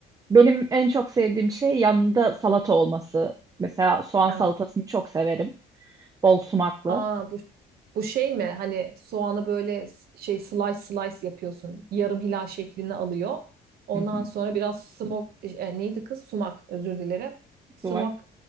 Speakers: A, on the right; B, on the right.
A: Benim en çok sevdiğim şey yanında salata olması. Mesela soğan
B: Ha,
A: salatasını çok severim. Bol sumaklı.
B: Aa, bu, bu şey mi? Hani soğanı böyle s- şey slice slice yapıyorsun. Yarım hilal şeklini alıyor. Ondan
A: Hı hı,
B: sonra biraz smok e, e, neydi kız? Sumak özür dilerim. Sumak
A: sumak.